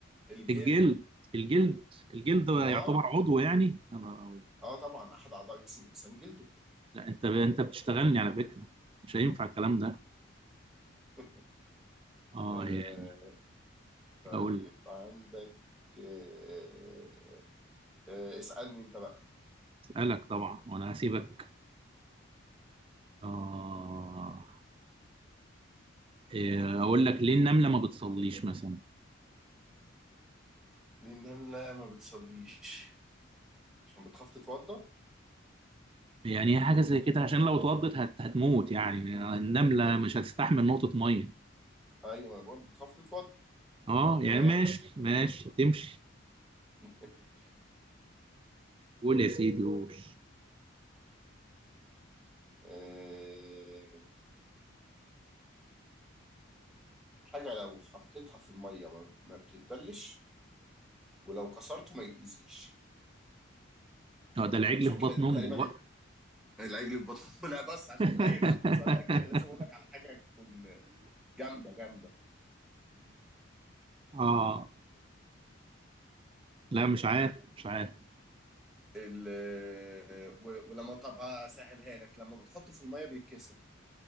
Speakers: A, in the centre; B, on the right.
A: الجلد
B: الجلد الجلد الجلد يعتبر
A: اه
B: عضو يعني يا نهار أبيض.
A: اه طبعا احد اعضاء جسم الانسان جلده
B: لا انت انت بتشتغلني على فكره مش هينفع الكلام ده
A: <laughs>
B: اه
A: آه،
B: يعني
A: طيب
B: اقول لك
A: عندك آه، آه، اسألني انت بقى
B: اسالك طبعا وانا هسيبك اه إيه، اقول لك ليه النمله ما بتصليش مثلا
A: لان انا لا ما بتصليش عشان بتخاف تتوضى
B: يعني هي حاجة زي كده عشان لو اتوضت هت... هتموت يعني النملة
A: بتموت
B: مش هتستحمل نقطة مية
A: ايوه ما بقول بتخاف تتوضى
B: اه
A: تمام
B: يعني ماشي ماشي تمشي
A: <laughs>
B: قول يا سيدي قول
A: آه، حاجة لو حطيتها في المية ما ما بتتبلش ولو كسرته ما يتأذيش
B: اه ده العجل
A: عشان
B: في بطن
A: كده دي
B: امه
A: تقريبا
B: بقى
A: العجل في بطن <laughs> لا بس عشان
B: <laughs>
A: ده يبقى اخر سؤال ده كده لازم اقول لك على حاجة تكون جامدة جامدة
B: اه لا مش عارف مش عارف
A: ال آه، و- ولما طب هسهلها لك لما بتحطه في المية بيتكسر